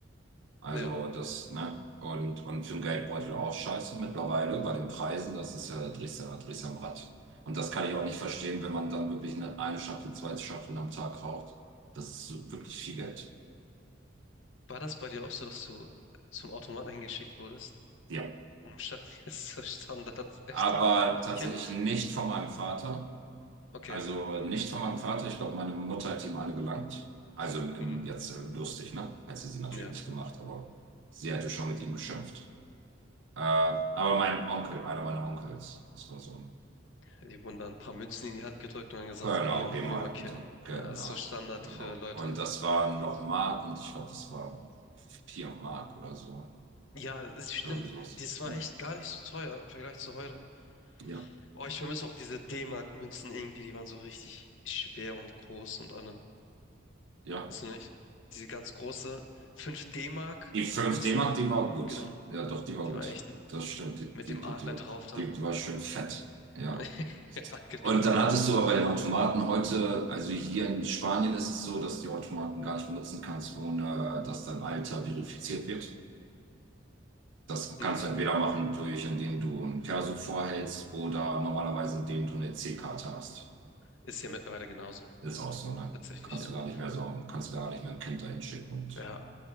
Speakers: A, on the right; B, on the left.
A: Also
B: Ja,
A: das, ne? Und, und für den Geldbeutel auch scheiße mittlerweile bei den Preisen. Das ist ja, da drehst du ja, drehst du am Rad. Und das kann ich auch nicht verstehen, wenn man dann wirklich eine, eine Schachtel, zwei Schachteln am Tag raucht. Das ist wirklich viel Geld.
B: war das bei dir auch so, dass du zum Automaten hingeschickt wurdest?
A: Ja.
B: Um Sta- <laughs> Das ist so Standard, echt.
A: Aber tatsächlich
B: Kind.
A: nicht von meinem Vater.
B: Okay,
A: Also nicht von meinem Vater, ich glaube, meine Mutter hat ihm eine gelangt. Also im, im,
B: hm,
A: jetzt äh, lustig, ne? Hat sie sie natürlich
B: ja.
A: nicht gemacht, aber sie hätte schon mit ihm geschimpft. Äh, aber mein Onkel, einer meiner Onkels, das war so ein
B: Die wurden dann ein paar Münzen in die Hand gedrückt und dann gesagt,
A: Genau,
B: geh und
A: Rehmeier
B: hol mir mal Kippen.
A: und so. Genau,
B: Ja, Das ist so Standard
A: genau.
B: für Leute,
A: Und das war noch
B: die.
A: Mark und ich glaube, das war vier Mark oder so.
B: Ja, es stimmt.
A: Irgendwie sowas.
B: Das war
A: Hm.
B: echt gar nicht so teuer im Vergleich zu heute.
A: Ja,
B: Oh, ich vermisse auch diese D-Mark-Münzen irgendwie, die waren so richtig schwer und groß und allem.
A: ja.
B: Weißt du nicht? Diese ganz große 5 D-Mark-Münze,
A: Die fünf D-Mark, die war gut.
B: genau.
A: Ja, doch, die war
B: Die
A: gut.
B: war echt
A: Das stimmt, die,
B: mit
A: die,
B: dem
A: die,
B: Adler
A: die war
B: drauf
A: gut.
B: dann.
A: Die, die war schön fett. Ja.
B: <laughs> Ja, genau.
A: Und dann hattest du aber den Automaten heute, also hier in Spanien ist es so, dass du die Automaten gar nicht benutzen kannst, ohne dass dein Alter verifiziert wird. Das kannst
B: Mhm.
A: du entweder machen durch, indem du ein Perso vorhältst oder normalerweise indem du eine EC-Karte hast.
B: Ist ja mittlerweile genauso.
A: Ist auch so, ne?
B: Tatsächlich,
A: Kannst
B: ja.
A: du gar nicht mehr so, kannst du gar nicht mehr ein Kind dahin schicken und
B: Ja,